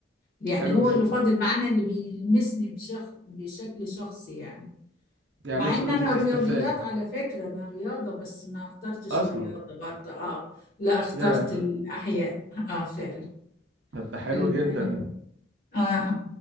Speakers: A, on the left; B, on the right.
A: يعني
B: حلو
A: هو
B: جدا
A: اللي فاضل معانا اللي بيلمسني بشخ... بشكل شخصي يعني
B: يعني
A: مع
B: انت
A: ان
B: كنت
A: انا
B: بتستفادي
A: رياضيات على فكره انا رياضه بس ما اخترتش
B: أصلا
A: الرياضه برضه اه لا اخترت
B: ياه
A: الاحياء اه فعلا
B: طب ده حلو
A: العلوم
B: جدا
A: اه